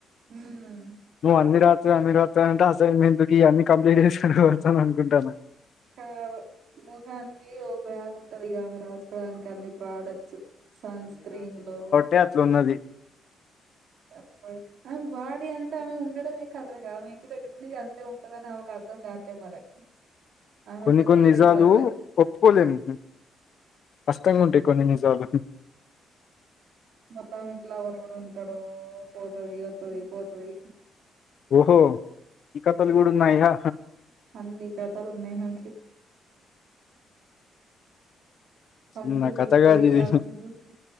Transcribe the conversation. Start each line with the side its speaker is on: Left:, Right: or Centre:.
Right: హ్మ్
Left: నువ్వు అన్ని రాత్ర అన్ని రాత్రంట అసైన్మెంట్ కి అన్ని కంప్లీట్ చేసుకుని పోతాను అనుకుంటాను
Right: కాదు ముఖానికి ఓ బ్యాగ్ ఉంటది ఇగ ఆమె రాసుకోవడానికి అన్ని ప్రోడక్ట్స్ సన్ స్క్రీన్లో
Left: ఏ అట్ల ఉన్నది
Right: తేక పోయిన ఆమె బాడీ అంతా ఆమె ఉండడమే కర్రెగా ఆమె ఎన్ని పెట్టుకున్న ఇగ అంతే ఉంటదని ఆమెకు అర్థం గాట్లే మరి ఆమె
Left: కొన్ని
Right: అట్లా
Left: కొన్ని
Right: రియలైజ్
Left: నిజాలు
Right: కావట్లే
Left: ఒప్పుకోలేము కష్టంగా ఉంటాయి కొన్ని నిజాలు
Right: మళ్ళా మీకు లవర్ కూడా ఉంటాడు పోతది వత్తది పోతది
Left: ఓహో ఈ కతలు కూడ ఉన్నాయా
Right: అన్ని కథలున్నాయ్ నాకి ఫంకులు
Left: చిన్న
Right: తిత్తాది
Left: కథ కాదు ఇది
Right: అవి జూత్తే